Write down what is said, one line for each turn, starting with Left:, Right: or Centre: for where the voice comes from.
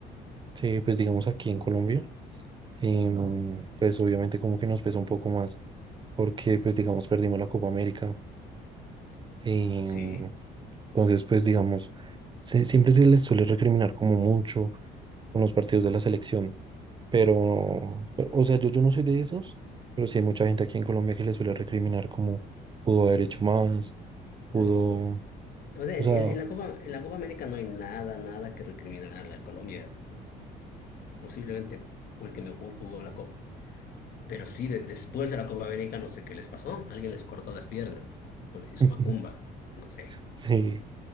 Right: Sí, pues digamos aquí en Colombia, em, pues obviamente como que nos pesa un poco más, porque pues digamos perdimos la Copa América. em,
Left: Sí,
Right: entonces, pues digamos, se- siempre se les suele recriminar como mucho con los partidos de la selección, pero, o sea, yo, yo no soy de esos, pero sí hay mucha gente aquí en Colombia que le suele recriminar como pudo haber hecho más, pudo.
Left: no, o sea,
Right: O
Left: en,
Right: sea,
Left: en la Copa, en la Copa América no hay nada, nada que recriminarle a Colombia. Posiblemente fue el que mejor jugó la Copa. Pero sí, de- después de la Copa América no sé qué les pasó. Alguien les cortó las piernas o les hizo
Right: <laughs>
Left: macumba. No sé.
Right: sí,